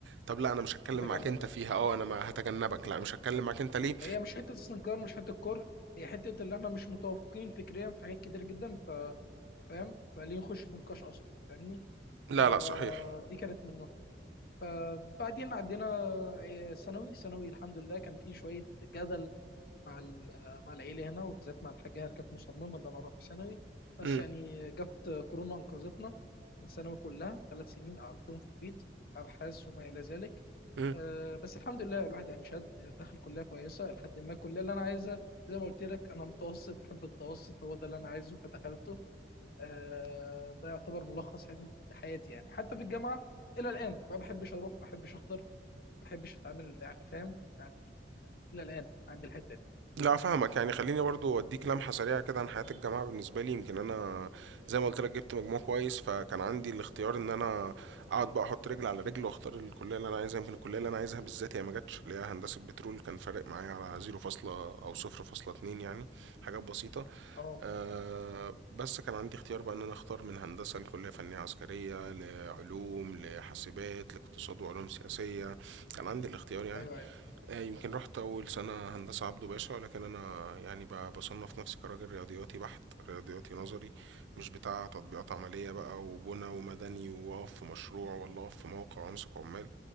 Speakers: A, on the right; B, on the left.
A: طب لا أنا مش هتكلم
B: نتجنب
A: معاك أنت
B: ده
A: فيها أه أنا ما هتجنبك
B: بالظبط
A: لا مش
B: اه
A: هتكلم معاك أنت ليه
B: هي مش حته استنكار مش حته كره هي حته اللي احنا مش متوافقين فكريا في حاجات كتير جدا ف فاهم فليه نخش في نقاش اصلا فاهمني
A: لا
B: فدي
A: لا صحيح
B: كانت منه فبعدين عدينا آه، ثانوي ثانوي الحمد لله كان فيه شويه جدل مع ال- مع العيله هنا وبالذات مع الحاجه هي كانت مصممه ان انا اروح في ثانوي بس
A: امم
B: يعني جت كورونا انقذتنا من ثانوي كلها ثلاث سنين قعدتهم في البيت ابحاث وما الى ذلك
A: إمم.
B: أه بس الحمد لله الواحد يعني شاد دخل كليه كويسه لحد ما الكليه اللي انا عايزها زي ما قلت لك انا متوسط احب التوسط هو ده اللي انا عايزه فدخلته أه ده يعتبر ملخص حياتي حياتي يعني حتى في الجامعه الى الان ما بحبش اروح ما بحبش احضر ما بحبش اتعامل يعني فاهم يعني الى الان عند الحته دي
A: لا فاهمك يعني خليني برضو اديك لمحة سريعة كده عن حياة الجامعة بالنسبة لي يمكن انا زي ما قلت لك جبت مجموع كويس فكان عندي الاختيار ان انا اقعد بقى احط رجل على رجل واختار الكلية اللي انا عايزها يمكن الكلية اللي انا عايزها بالذات هي ما جاتش اللي هي هندسة بترول كان فارق معايا على 0 فاصلة او 0 فاصلة 2 يعني حاجات بسيطة
B: اه
A: أه بس كان عندي اختيار بقى ان انا اختار من هندسة لكلية فنية عسكرية لعلوم لحاسبات لاقتصاد وعلوم سياسية كان عندي الاختيار يعني
B: ايوه ايوه
A: آه، يمكن رحت أول سنة هندسة عبده باشا ولكن أنا يعني ب- بصنف نفسي كراجل رياضياتي بحت رياضياتي نظري مش بتاع تطبيقات عملية بقى وبنى ومدني وأقف في مشروع ولا أقف في موقع وأمسك عمال